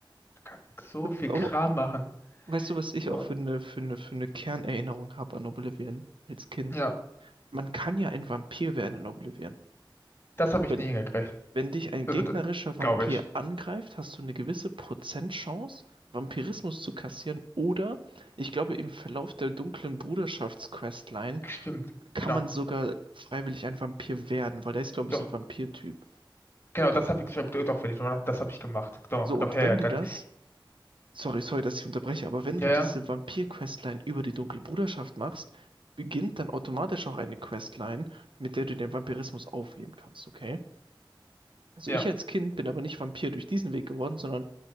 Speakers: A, on the left; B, on the right.
A: du kannst so viel
B: Aber
A: Kram machen.
B: Weißt du, was ich
A: So.
B: auch für eine, für eine, für eine Kernerinnerung habe an Oblivion als Kind?
A: Ja,
B: Man kann ja ein Vampir werden in Oblivion.
A: das habe ich
B: Wenn,
A: nie hingekriegt.
B: wenn dich ein
A: Also,
B: gegnerischer Vampir
A: glaube ich.
B: angreift, hast du eine gewisse Prozentchance, Vampirismus zu kassieren. Oder, ich glaube, im Verlauf der dunklen Bruderschaftsquestline
A: Stimmt,
B: kann
A: genau.
B: man sogar freiwillig ein Vampir werden, weil der ist, glaube
A: Doch,
B: ich, so ein Vampirtyp.
A: genau, das habe ich, stimmt, doch, wenn ich drüber nach, das habe ich gemacht. Doch,
B: So,
A: doch,
B: und
A: ja,
B: wenn
A: ja, dann,
B: du das Sorry, sorry, dass ich unterbreche, aber wenn
A: ja,
B: du diese Vampir-Questline über die Dunkle Bruderschaft machst, beginnt dann automatisch auch eine Questline, mit der du den Vampirismus aufheben kannst, okay? Also
A: ja,
B: ich
A: ja.
B: als Kind bin aber nicht Vampir durch diesen Weg geworden, sondern